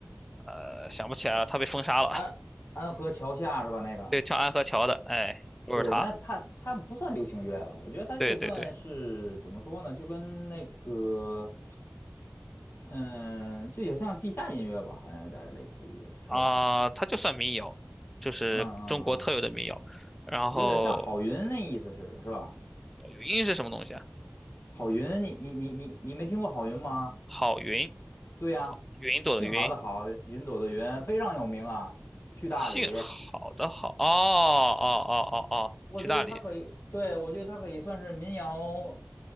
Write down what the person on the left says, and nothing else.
安安河桥下是吧？
那个。
对，那他他不算流行乐了，我觉得他就算是怎么说呢，
就跟那个。嗯，就也像地下音乐吧，好像有点儿类似于，是吧？
嗯嗯嗯，
有点像郝云那意思似的，是吧？
郝云，你你你你你没听过郝云吗？
对呀，
姓郝的郝，云朵的云，非常有名啊。去大理，
我觉得他可以，
对，我觉得他可以算是民谣